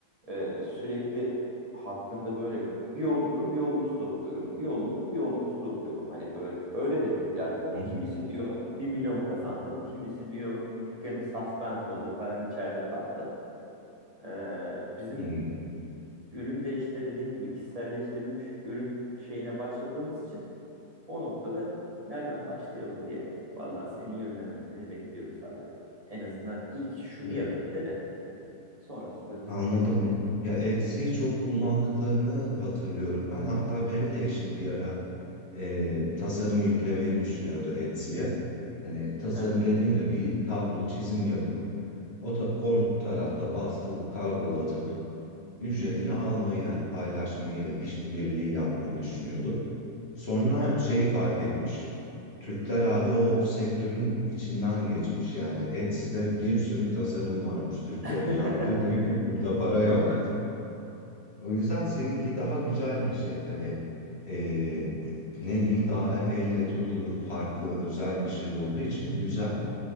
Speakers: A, on the right (about 20°); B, on the left (about 40°).
A: Ee, sürekli hakkında böyle bir olumlu bir olumsuz okuyorum. Bir olumlu bir olumsuz okuyorum. Hani böyle öyle de bir platform.
B: hı.
A: Kimisi diyor bir milyon kazandım. Kimisi diyor dükkanım suspend oldu. Param içeride kaldı. Ee, bizim
B: Hı.
A: ürün de işte dediğim gibi kişiselleştirilmiş ürün şeyine başladığımız için o noktada nereden başlayalım diye vallahi senin yönlendirmeni bekliyoruz abi. En azından ilk şunu
B: Evet,
A: yapın de de sonrasında biz
B: Anladım.
A: gidelim oraya.
B: Ya Etsy'yi çok kullandıklarını hatırlıyorum ben. Hatta benim de eşim bir ara e, tasarım yüklemeyi düşünüyordu Etsy'ye. Hani tasarım
A: Hı hı.
B: dediğimde bir tablo çizim yapıp o, ta- o tarafta bastırıp kargolatıp ücretini
A: Hı
B: almayı yani paylaşmayı, işbirliği yapmayı düşünüyordu. Sonra
A: hı. Hı hı.
B: şeyi fark etmiş. Türkler abi o sektörün içinden geçmiş yani. Etsy'de bir sürü tasarım varmış Türklerin
A: <laughs>
B: yaptığı. <laughs> Diyor ki burada para yok. O yüzden seninki daha güzel bir şey. Hani e, ne diyeyim daha elle tutulur farklı özel bir şey olduğu için güzel.